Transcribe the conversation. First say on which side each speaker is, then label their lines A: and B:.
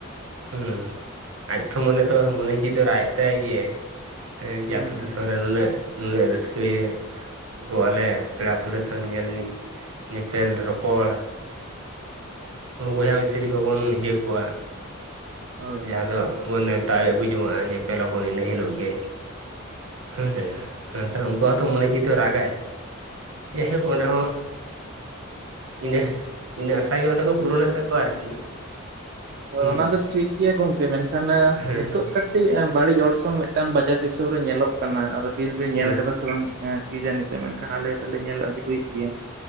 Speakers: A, on the right; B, on the right.
A: ᱦᱩᱸ ᱟᱡ ᱛᱷᱚ ᱢᱚᱱᱮ ᱫᱚ ᱢᱚᱱᱮ ᱡᱤᱣᱤ ᱫᱚ ᱨᱟᱜ ᱮᱫ ᱛᱟᱭ ᱜᱮᱭᱟ ᱦᱮᱸ
B: ᱦᱩᱸ
A: ᱡᱟ
B: ᱦᱩᱸ,
A: ᱱᱩᱱᱟᱹᱜ ᱱᱩᱱᱟᱹᱜ ᱨᱟᱹᱥᱠᱟᱹ ᱜᱮ ᱜᱚᱜ ᱟᱞᱮ ᱯᱮᱲᱟ ᱯᱟᱹᱲᱦᱟᱹ ᱠᱷᱚᱱ ᱧᱮᱞ ᱧᱮᱯᱮᱞ ᱨᱚᱯᱚᱲ ᱦᱮᱸ ᱵᱚᱭᱦᱟ ᱢᱤᱥᱨᱤ ᱠᱚᱵᱚᱱ ᱤᱭᱟᱹ ᱠᱚᱣᱟ
B: ᱦᱳᱭ
A: ᱡᱟᱦᱟᱸ
B: ᱦᱳᱭ
A: ᱫᱚᱵᱚᱱ
B: ᱦᱳᱭ
A: ᱱᱮᱣᱛᱟᱭ ᱟᱹᱜᱩ ᱡᱚᱝᱼᱟ ᱧᱮᱯᱞ ᱟᱵᱚᱱ ᱤᱱᱟᱹ ᱦᱤᱞᱳᱜ ᱜᱮ ᱦᱮᱸᱥᱮ ᱦᱮᱸ ᱛᱟᱦᱚᱞᱮ ᱩᱱᱠᱩᱣᱟᱜ ᱦᱚᱛᱚ ᱢᱚᱱᱮ ᱡᱤᱣᱤ ᱫᱚ ᱨᱟᱜᱟᱭ᱾ ᱡᱟᱭᱦᱳᱠ ᱚᱸᱰᱮ ᱦᱚᱸ ᱤᱱᱟᱹ ᱤᱱᱟᱹ ᱟᱥᱟ ᱜᱮ ᱚᱸᱰᱮ ᱠᱚ ᱯᱩᱨᱚᱱᱮᱫ ᱛᱟᱠᱚᱣᱟ ᱟᱨᱠᱤ
B: ᱦᱚ
A: ᱦᱩᱸ
B: ᱚᱱᱟ ᱫᱚ ᱴᱷᱤᱠ ᱜᱮᱭᱟ ᱜᱚᱢᱠᱮ ᱢᱮᱱᱠᱷᱟᱱ
A: ᱦᱮᱸ
B: ᱱᱤᱛᱳᱜ ᱠᱟᱹᱴᱤᱡ ᱢᱤᱫᱴᱤᱡ ᱵᱟᱹᱲᱤᱡ ᱚᱨᱥᱚᱝ ᱢᱤᱫᱴᱟᱝ ᱵᱟᱡᱟᱨ ᱫᱤᱥᱚᱢ ᱨᱮ ᱧᱮᱞᱚᱜ ᱠᱟᱱᱟ ᱟᱫᱚ ᱟᱵᱤᱱ ᱵᱤᱱ ᱧᱮᱞ
A: ᱦᱮᱸ
B: ᱟᱠᱟᱫᱟ ᱥᱮ ᱵᱟᱝ? ᱠᱤ ᱡᱟᱱᱤ ᱪᱚ ᱢᱮᱱᱠᱷᱟᱱ ᱟᱞᱮ ᱫᱚᱞᱮ ᱧᱮᱞ ᱟᱹᱜᱩᱭᱮᱫ ᱜᱮᱭᱟ